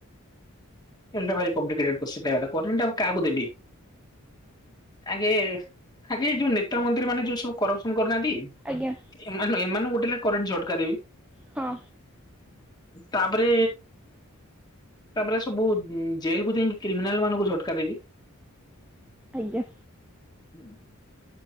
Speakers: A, on the left; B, in the centre.
A: ଏଇଟା ଭାରି କମ୍ପ୍ଲିକେଟେଡ଼ କୋଚିନ ହେଇଗଲା କରେଣ୍ଟଟା ମୁଁ କାହାକୁ ଦେବି? ଆଗେ ଆଗେ ଯୋଉ ନେତା ମନ୍ତ୍ରୀ ମାନେ ଯୋଉ ସବୁ କରପସନ କରୁନାହାନ୍ତି
B: ଆଜ୍ଞା
A: ଏ ଏମାନଙ୍କୁ ଗୋଟେ ଲେଖେ କରେଣ୍ଟ ଝଟକା ଦେବି।
B: ହଁ।
A: ତାପରେ ତାପରେ ସବୁ ଜେଲକୁୁ ଯାଇକି କ୍ରିମିନାଲ ମାନଙ୍କୁ ଝଟକା ଦେବି।
B: ଆଜ୍ଞା।
A: ହୁଁ।